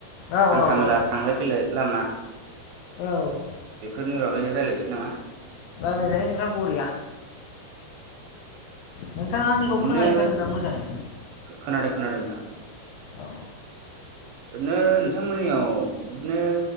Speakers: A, on the left; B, on the right.
A: औ
B: हान्था मेला
A: औ
B: थांलाय फैलाय लामा।
A: औ।
B: बेफोरनि बागैनो रायज्लायनोसै नामा?
A: रायलायजायो नोंथां बरिया नोंथाङा आंनिखौ
B: ओरैनो
A: खोनाहैखादों दा मोजाङै।
B: खोनादों खोनादों नोंथां।
A: औ
B: ओरैनो नोंथांमोननियाव बिदिनो